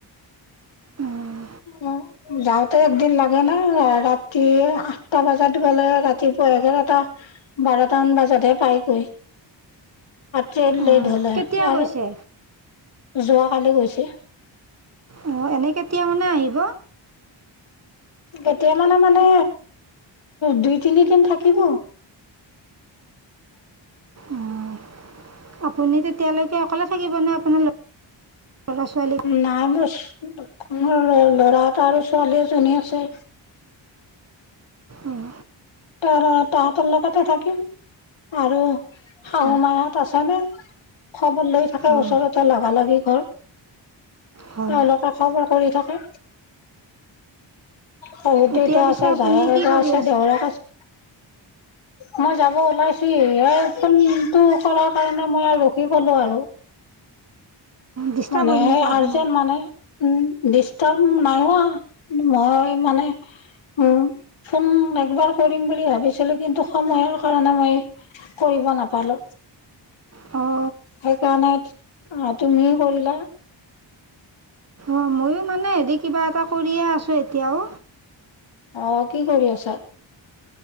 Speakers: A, on the right; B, on the left.
A: অঁ,
B: উম। যাওঁতে একদিন লাগে ন, ৰাতি আঠটা বজাত গলে, ৰাতিপুৱা এঘাৰটা বাৰটামান বজাতহে পাইগৈ। ট্ৰেন
A: অঁ,
B: লেট হ'লে
A: কেতিয়া
B: আৰু
A: গৈছে?
B: যোৱাকালি গৈছে।
A: অঁ, এনে কেতিয়া মানে আহিব?
B: এতিয়া মানে মানে দুই তিনিদিন থাকিব। <unintelligible>
A: অঁ, আপুনি তেতিয়ালৈকে অকলে থাকিবনে, আপোনাৰ? ল'ৰা ছোৱালী
B: নাই মোৰ মোৰ ল'ৰা এটা আৰু ছোৱালী এজনী আছে।
A: অঁ,
B: ত তাহঁতৰ লগতে থাকিম। আৰু শাহু
A: অঁ
B: মাহত আছে নে খবৰ লৈ থাকে
A: অঁ
B: ওচৰতে লাগা লাগি ঘৰ
A: হয়
B: তেওঁলোকে খবৰ কৰি থাকে হহু দেউতা
A: এতিয়া পিছে
B: আছে
A: আপুনি
B: জায়জ
A: কি কৰি
B: আছে দেউতাক আছে মই যাব ওলাইছি সেই ফোনটো কৰাৰ কাৰণে মই আৰু ৰখি গলো আৰু
A: ডিষ্টাৰ্ব
B: মানে
A: হ'ল নেকি আপোনাৰ
B: আৰ্জে মানে উম ডষ্টাৰ নাইহোৱা মই মানে উম ফোন একবাৰ কৰিম বুলি ভাবিছিলো কিন্তু সময়ৰ কাৰণে মই কৰিব কৰিব নাপালো
A: অঁ
B: সেইকাৰণে তুমি কৰিলা
A: অঁ ময়ো মানে হেৰি কিবা এটা কৰিয়ে আছোঁ এতিয়াও
B: অঃ কি কৰি আছা